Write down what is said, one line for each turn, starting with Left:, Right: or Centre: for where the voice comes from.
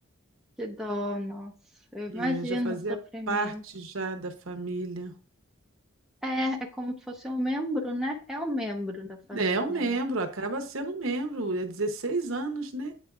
Centre: que dó, nossa. Eu imagino
Right: É, já fazia
Centre: o sofrimento.
Right: parte já da família.
Centre: É, é como se fosse um membro, né? É um membro da família,
Right: É um membro,
Centre: né?
Right: acaba sendo um membro, é 16 anos, né?